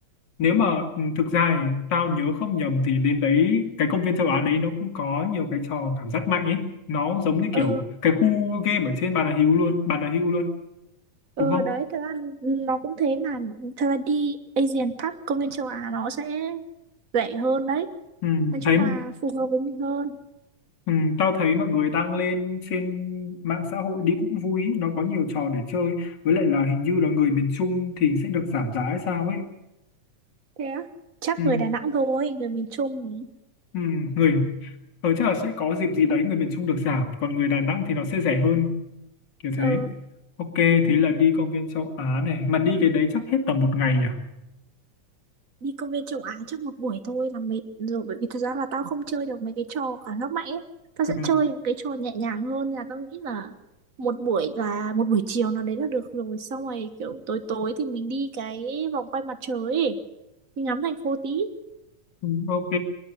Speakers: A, on the left; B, on the right.
A: nếu mà ừ, thực ra thì tao nhớ không nhầm thì đến đấy cái công viên châu Á đấy nó cũng có nhiều cái trò cảm giác mạnh ấy nó giống như
B: Ờ
A: kiểu cái khu game ở trên Bà Nà Hills luôn Bà Nà Hills luôn
B: ờ
A: đúng không
B: đấy thật ra nó cũng thế mà thật ra đi Asian Park công viên châu Á nó sẽ rẻ hơn đấy.
A: ừ,
B: Nói chung
A: thấy
B: là phù hợp với mình hơn.
A: Ừ, tao thấy mọi người đăng lên trên mạng xã hội đi cũng vui ý, nó có nhiều trò để chơi với lại là hình như là người miền Trung thì sẽ được giảm giá hay sao ấy
B: Thế á? Chắc
A: ừ,
B: người Đà Nẵng thôi, người miền Trung.
A: ừ, người ở chắc là sẽ có dịp gì đấy người miền Trung được giảm còn người Đà Nẵng thì nó sẽ rẻ hơn kiểu
B: Ờ
A: thế ok thế là đi công viên châu Á này mà đi cái đấy chắc hết tầm một ngày à
B: đi công viên châu Á trong một buổi thôi là mệt rồi bởi vì thật ra là tao không chơi được mấy cái trò cảm giác mạnh ấy tao sẽ
A: ừ,
B: chơi những cái trò nhẹ nhàng hơn là tao nghĩ là một buổi là một buổi chiều nào đấy là được rồi xong rồi kiểu tối tối thì mình đi cái vòng quay mặt trời ấy mình ngắm thành phố tí
A: ừ, ok